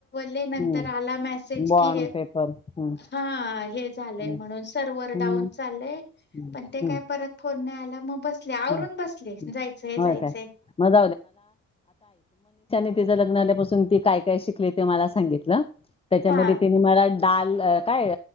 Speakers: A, on the left (about 35°); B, on the left (about 20°).
A: ले नंतर
B: हम्म
A: आला मेसेज
B: बॉन्ड
A: कि,
B: पेपर हम्म
A: हा, हे झालंय
B: हम्म
A: म्हणून सर्वर
B: हम्म
A: डाऊन चाललंय-
B: हम्म
A: पण ते
B: हम्म
A: काय परत फोन नाय आल- मग बसले आवरून
B: हम्म.
A: बसले,
B: होय
A: जायचंय, जायचंय-
B: काय मग ल काय काय शली मला सांगित त्याच्या
A: हा
B: म <unintelligible> ाल काय